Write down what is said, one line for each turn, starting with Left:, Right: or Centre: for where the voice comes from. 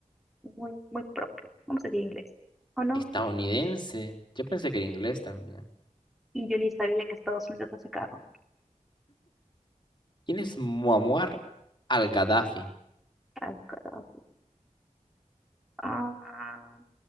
Centre: muy, muy propio. Vamos a decir inglés. ¿O no?
Left: Estadounidense. Yo pensé que era inglés también.
Centre: Y yo ni sabía que Estados Unidos hace carro.
Left: ¿Quién es Muammar al-Gaddafi?
Centre: Al carajo. Ah,